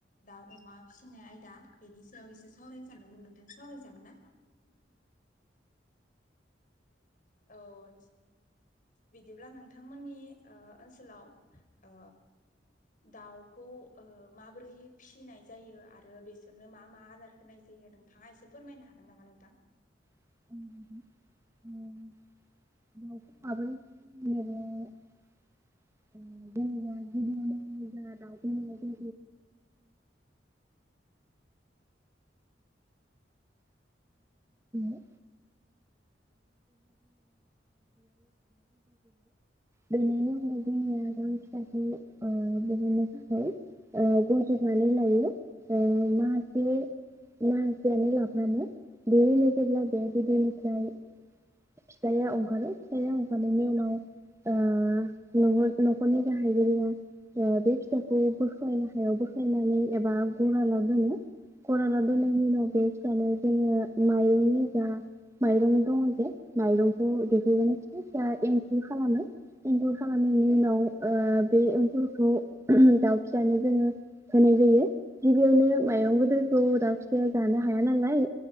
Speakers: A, on the left; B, on the right.
A: दाउ अमा फिनाय आयदा बेनि सायाव एसे सावरायनो सानदोंमोन नोंथां सावराय जागोन ना? औ बिदिब्ला नोंथांमोननि ओ ओनसोलाव ओ दाउखौ ओ माबोरै फिनाय जायो आरो बेसोरनो मा मा आदार होनाय जायो नोंथांआ एसे फोरमायनो हागोन नामा नोंथां?
B: <unintelligible> ओ जेनेबा गिबियावनो जोंहा दाउजों अनलाजों <unintelligible> बेनि उनाव ओ <unintelligible> जोङो गावनि फिसाखौ ओ बहननो थाखाय गज'बनानै लायो ओ माहासे माहासेयानो लाफ्रामो बेनि उनाव जेब्ला बे बिदैनिफ्राय फिथाइया ओंखारो फिथाइया ओंखारनायनि उनाव ओ न न'खरनि गाहै बे फिसाखौ बोखायनो हायाव बोख्लायनानै एबा गरालाव दोनो गरालाव दोननायनि उनाव बे फिसानो जोङो माइरंनि जा माइरं दङ जे माइरंखौ देखायनानै फिसा फिसा एंखुर खालामो एखुर खालामनायनि ओ उनाव बे एंखुरखौ दाउ फिसानो जोङो होनाय जायो गिबियावनो माइरं गोदोरखौ दाउ फिसाया जानो हाया नालाय